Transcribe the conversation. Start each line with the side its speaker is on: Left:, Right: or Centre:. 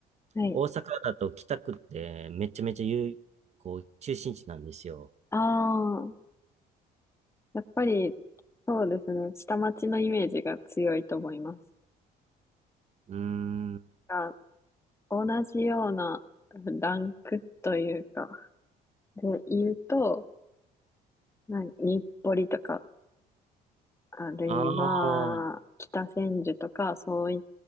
Left: はい。
Right: 大阪だと北区ってめちゃめちゃ有、こう、中心地なんですよ。
Left: ああ、やっぱり、そうですね。下町のイメージが強いと思います。
Right: うーん。
Left: が、同じようなランクというか、で言うと、な日暮里とか、あるいは、
Right: ああ、
Left: 北千住とか、そういっ